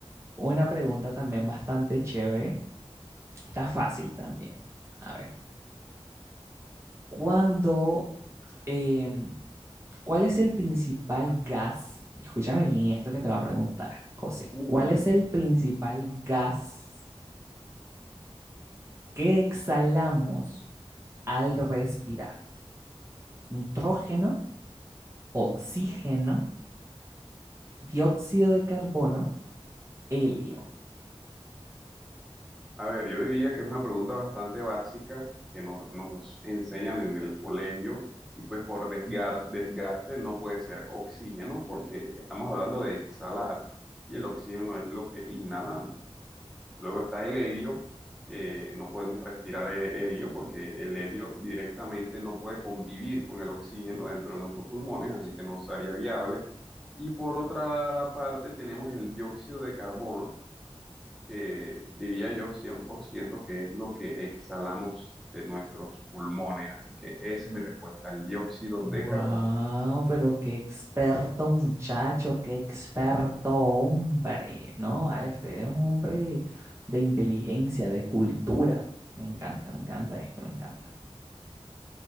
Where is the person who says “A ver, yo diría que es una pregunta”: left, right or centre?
Centre